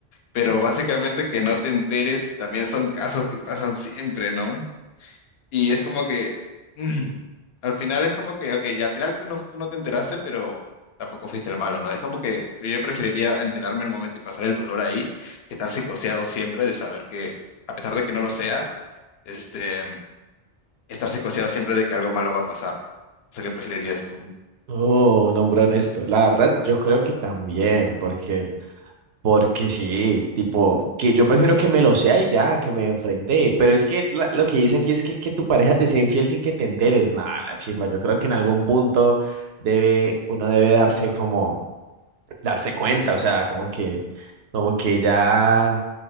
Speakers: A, on the left; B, on the right.
A: Pero básicamente que no te enteres también son casos que pasan siempre, ¿no? Y es como que <clears throat> mm, al final es como que, ok, ya al final tú no, tú no te enteraste, pero tampoco fuiste el malo, ¿no? Es como que yo preferiría enterarme en el momento y pasar el dolor ahí que estar psicoseado siempre de saber que, a pesar de que no lo sea, este, estar psicoseado siempre de que algo malo va a pasar. O sea, ¿qué preferirías tú?
B: Oh, un hombre honesto. La verdad, yo creo que también, porque, porque sí, tipo, que yo prefiero que me lo sea y ya, que me enfrente. Pero es que la- lo que dice aquí es que, que tu pareja te sea infiel sin que te enteres. Nada, la chimba. Yo creo que en algún punto debe, uno debe darse como, darse cuenta, o sea, como que, como que ya